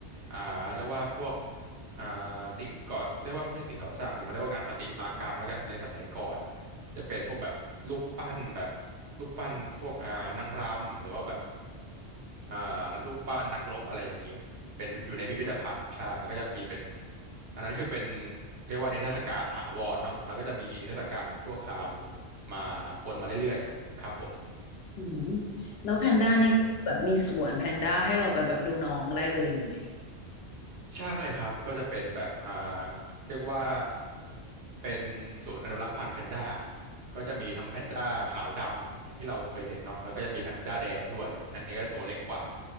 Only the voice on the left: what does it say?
อือหือแล้วแพนด้านี่ก็แบบมีสวนแพนด้าให้เราไปแบบดูน้องได้เลยอย่างนี้ไหม